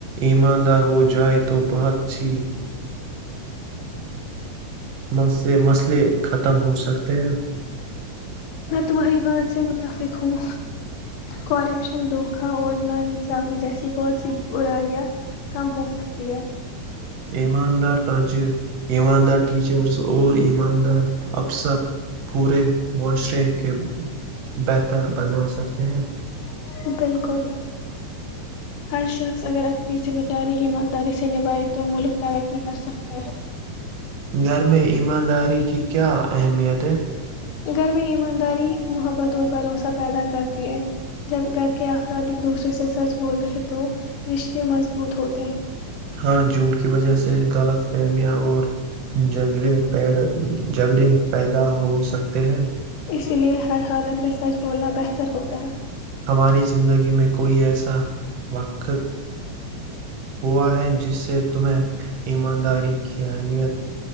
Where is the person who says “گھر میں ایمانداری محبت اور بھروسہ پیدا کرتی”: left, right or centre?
Left